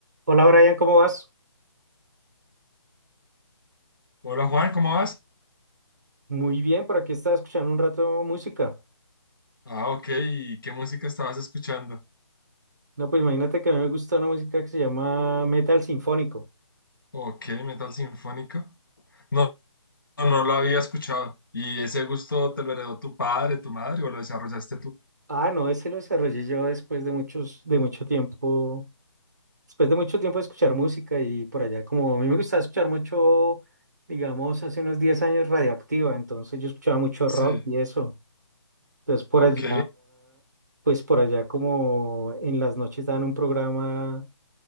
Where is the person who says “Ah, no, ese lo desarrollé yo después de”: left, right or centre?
Right